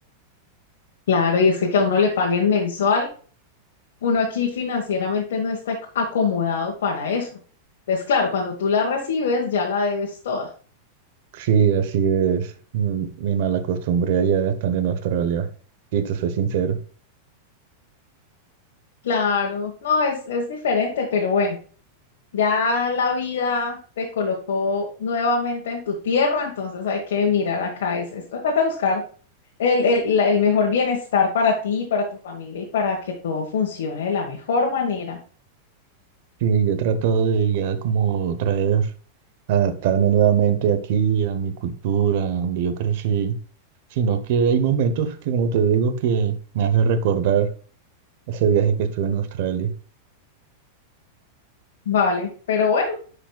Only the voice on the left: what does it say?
Claro, y es que que a uno le paguen mensual, uno aquí financieramente no está ac- acomodado para eso. Entonces, claro, cuando tú la recibes, ya la debes toda.
Claro, no, es, es diferente, pero bueno. Ya la vida te colocó nuevamente en tu tierra, entonces hay que mirar acá, es, es tratar de buscar el, el, la- el mejor bienestar para ti, para tu familia y para que todo funcione de la mejor manera.
Vale, pero bueno,